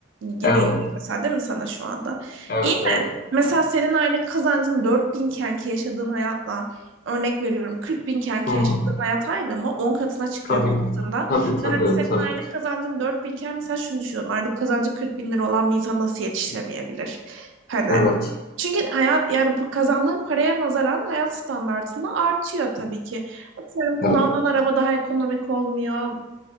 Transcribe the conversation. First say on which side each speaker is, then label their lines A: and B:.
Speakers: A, on the right; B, on the left.
A: gibi
B: Evet,
A: geliyor mesela değil mi sana şu anda?
B: evet,
A: İyi de
B: evet.
A: mesela senin aylık kazancın 4000 kenki yaşadığın hayatla örnek veriyorum 40 bin kenki
B: Hı hı.
A: yaşadığın hayat aynı mı? 10 katına çıkıyor
B: Tabii,
A: baktığında.
B: tabii, tabii,
A: Ve hani senin
B: tabii.
A: aylık kazancın 4000 iken mesela şunu düşünüyorum. Aylık kazancı 40 bin lira olan bir insan nasıl yetiştiremeyebilir? Hani
B: Evet,
A: çünkü hayat yani p- kazandığın paraya nazaran hayat standartında artıyor tabii ki. Atıyorum kullandığın
B: evet.
A: araba daha ekonomik olmuyor